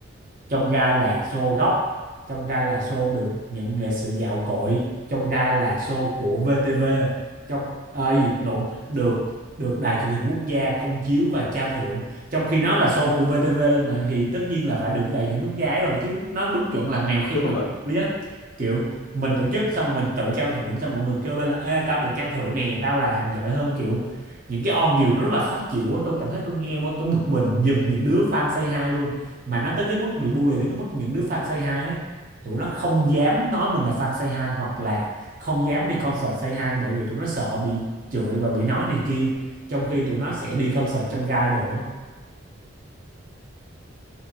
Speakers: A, on the right; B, on the left.
A: trong gai là show gốc trong gai là show được nhận nghệ sĩ gạo cội trong gai là show của VTV trong ờ, gì lộn được được đài truyền hình quốc gia công chiếu và trao thưởng trong khi nó là show của VTV mà thì tất nhiên là phải được đài truyền hình quốc gia ấy rồi chứ nó đúng chuẩn là mèo khen
B: <laughs> đúng
A: mèo
B: rồi
A: quý á kiểu mình tổ chức xong rồi mình tự trao thưởng xong mọi người kêu lên là ê tao được trao thưởng nè tao là thằng giỏi hơn kiểu những cái on điều nó rất là khó chịu á tôi cảm thấy tôi nghe vô tôi bực mình giùm những đứa fan say hi luôn mà nó tới cái mức bị bully đến cái mức những đứa fan Say Hi á tụi nó không dám nói mình là fan Say Hi hoặc là không dám đi concert Say Hi bởi vì tụi nó sợ bị chửi và bị nói này kia trong khi tụi nó sẽ đi concert trong gai đồ á